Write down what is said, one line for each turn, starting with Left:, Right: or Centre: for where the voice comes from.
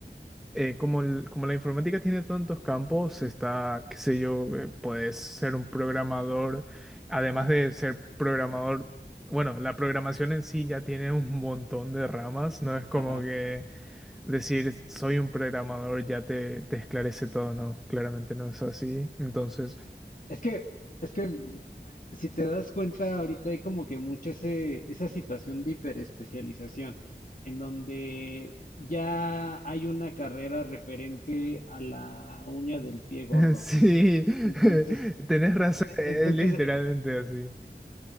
Centre: eh, como, el- como la informática tiene tantos campos, está, qué sé yo, eh, puedes ser un programador, además de ser programador, bueno, la programación en sí ya tiene un montón de ramas, no es como
Left: Ajá.
Centre: que decir soy un programador ya te, te esclarece todo, no, claramente no es así. Entonces,
Left: Es que, es que mm, si te das cuenta, ahorita hay como que mucha ese, esa situación de hiperespecialización, en donde ya hay una carrera referente a la uña del pie gordo.
Centre: <laughs> sí, <laughs>
Left: Entonces,
Centre: tenés razón,
Left: e-
Centre: es
Left: entonces,
Centre: literalmente
Left: eh,
Centre: así.